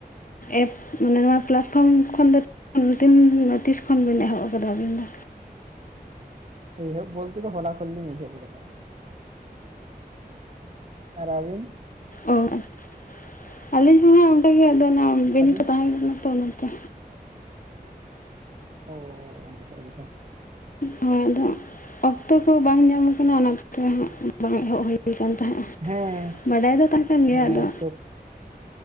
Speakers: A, on the left; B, on the right.
A: ᱮᱯ ᱢᱟᱱᱮ ᱱᱚᱣᱟ ᱯᱞᱟᱴᱯᱷᱨᱚᱢ ᱠᱷᱚᱱ ᱫᱚ ᱛᱤᱱ ᱛᱤᱥ ᱠᱷᱚᱱ ᱵᱤᱱ ᱮᱦᱚᱵ ᱟᱠᱟᱫᱟ ᱟᱹᱵᱤᱱ ᱫᱚ
B: ᱤᱦᱳᱵ ᱵᱚᱞᱛᱮ ᱫᱚ ᱦᱞᱟ ᱠᱷᱚᱱ ᱞᱤᱧ ᱮᱷᱵ ᱠᱟᱫᱟ ᱟᱨ ᱟᱵᱤᱱ
A: ᱚ ᱟᱪᱷᱟ ᱟᱹᱞᱤᱧ ᱦᱚᱸ ᱦᱟᱸᱜ ᱚᱱᱠᱟᱜᱮ ᱟᱫᱚ ᱚᱱᱟ ᱵᱤᱱ
B: ᱟᱹᱵᱤᱱ
A: ᱠᱚ ᱛᱟᱦᱮᱸ ᱠᱟᱱᱟ ᱛᱚ ᱚᱱᱟᱛᱮ
B: ᱚ <unintelligible>
A: ᱦᱳᱭ ᱟᱫᱚ ᱚᱠᱛᱚ ᱠᱚ ᱵᱟᱝ ᱧᱟᱢ ᱟᱠᱟᱱᱟ ᱚᱱᱟ ᱛᱮ ᱦᱟᱸᱜ ᱵᱟᱝ ᱮᱦᱚᱵ ᱦᱩᱭᱩ ᱟᱠᱟᱱ ᱛᱟᱦᱮᱸᱫᱼᱟ
B: ᱦᱮᱸ
A: ᱵᱟᱰᱟᱭ ᱫᱚ ᱛᱟᱦᱮᱸ ᱠᱟᱱ ᱜᱮᱭᱟ
B: ᱦᱮᱸ
A: ᱟᱫᱚ
B: ᱚᱠᱛᱚ